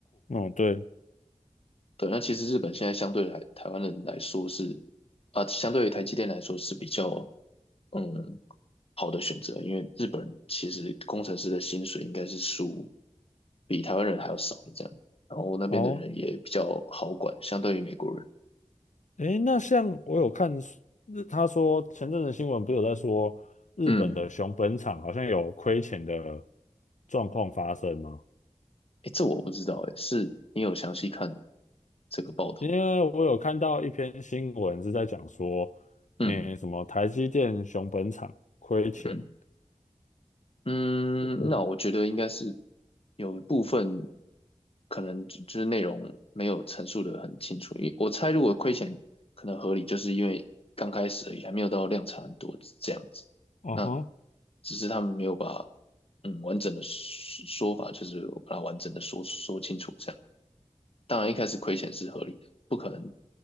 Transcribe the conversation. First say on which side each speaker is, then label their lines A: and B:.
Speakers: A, on the left; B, on the left.
A: 嗯，对，
B: 对，那其实日本现在相对来台湾人来说是啊，相对于台积电来说是比较嗯好的选择，因为日本其实工程师的薪水应该是输比台湾人还要少的这样，然后那边的人也比较好管，
A: 哦，
B: 相对于美国人，
A: 诶，那像我有看日，他说前阵子新闻不是有在说日本的熊本厂好像有亏钱的
B: 嗯。
A: 状况发生吗？
B: 哎，这我不知道，哎，是你有详细看这个报道？
A: 因为我有看到一篇新闻是在讲说，
B: 嗯
A: 诶，什么台积电熊本厂亏钱。
B: 嗯嗯，
A: 哦，
B: 那我觉得应该是有一部分可能就就是内容没有陈述的很清楚，因为我猜如果亏钱可能合理，就是因为刚开始而已，还没有到量产很多这样子，
A: 哦哈。
B: 那只是他们没有把嗯完整的说说法，就是把它完整的说说清楚这样。当然一开始亏钱是合理的，不可能，